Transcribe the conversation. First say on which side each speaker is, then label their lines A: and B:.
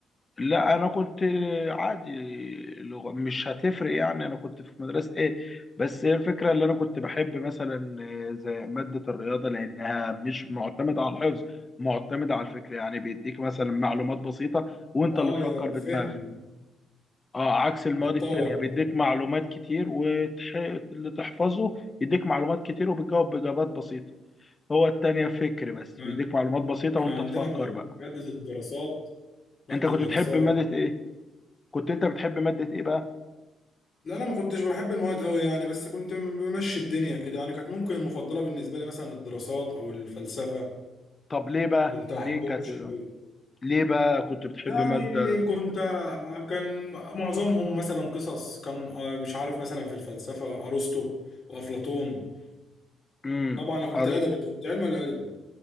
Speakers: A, on the left; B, on the left.
A: لا انا كنت عادي لغة مش هتفرق يعني انا كنت في مدرسه ايه بس هي الفكره اللي انا كنت بحب مثلا زي ماده الرياضه لانها مش معتمده على الحفظ معتمده على الفكر يعني بيديك مثلا معلومات بسيطه وانت
B: اه
A: اللي تفكر
B: يا
A: بدماغك
B: فهم
A: اه عكس المواد
B: بتطور
A: التانية
B: بقى
A: بيديك معلومات كتير واللي تحفظه يديك معلومات كتير وبتجاوب بإجابات بسيطة هو التانية فكر بس
B: كان
A: بيديك معلومات بسيطة
B: كان
A: وانت
B: عندنا
A: تفكر
B: مواد-
A: بقى
B: مادة الدراسات مادة
A: انت كنت
B: الدراسات
A: بتحب مادة ايه؟ كنت انت بتحب مادة ايه بقى؟
B: لا انا ما كنتش بحب المواد قوي يعني بس كنت بمشي الدنيا كده يعني كانت ممكن المفضلة بالنسبة لي مثلا الدراسات او الفلسفة
A: طب ليه بقى؟
B: كنت احبهم
A: ليه كانت
B: شوية
A: ليه بقى كنت بتحب
B: يعني
A: مادة
B: كنت كان معظمهم مثلا قصص كان آه، مش عارف مثلا في الفلسفة ارسطو وافلاطون
A: امم
B: طبعا انا كنت
A: أر...
B: ادبي انت كنت علم ولا ادبي